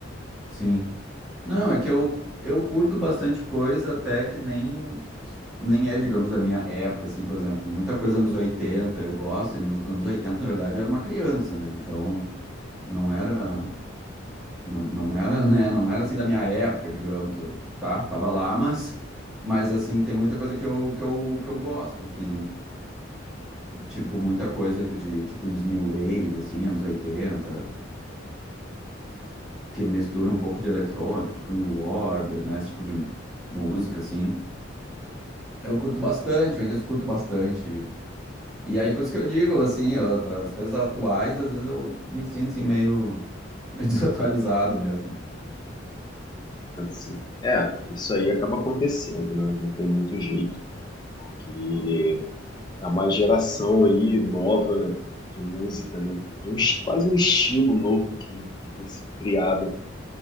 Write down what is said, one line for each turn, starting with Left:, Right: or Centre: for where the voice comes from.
Centre: Sim. Não, é que eu, eu curto bastante coisa, até que nem, nem é, digamos, da minha época, assim, por exemplo. Muita coisa nos 80 eu gosto, e nos anos 80, na verdade, eu era uma criança, né? Então, não era. Não, não era, <laughs> né? Não era assim da minha época, digamos. Eu, tá, tava lá, mas, mas assim, tem muita coisa que eu, que eu, que eu gosto, que, tipo, muita coisa de, tipo, de New Wave, assim, anos 80 que mistura um pouco de eletrônico, tipo New Order, né? Esse tipo de música, assim. Eu curto bastante, eu ainda escuto bastante. E aí, por isso que eu digo, assim, eu- as coisas atuais, às vezes eu me sinto, assim, meio, meio <laughs> desatualizado mesmo.
Left: Assim. É, isso aí acaba acontecendo, né? Não tem muito jeito. Porque é uma geração aí nova de música, né? De um, es- quase um estilo novo que, que tem sido criado